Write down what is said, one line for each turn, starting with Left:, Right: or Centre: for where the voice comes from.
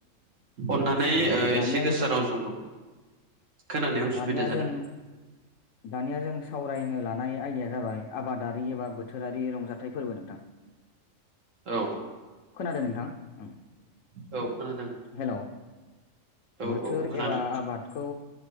Right: अननानै
Left: ओ दानिया
Right: एसे गोसा राव जों खोनानायाव
Left: दानिया
Right: सुबिदा जादों
Left: जों दानिया जों सावरायनो लानाय आयदाया जाबाय आबादारि एबा बोथोरारि रंजाथाइ फोरबो नोंथां
Right: औ
Left: खोनादों नोंथां ओं
Right: औ खोनादों
Left: हेलौ
Right: औ
Left: बोथोर
Right: औ खोनादों
Left: एबा
Right: खोनादों
Left: आबादखौ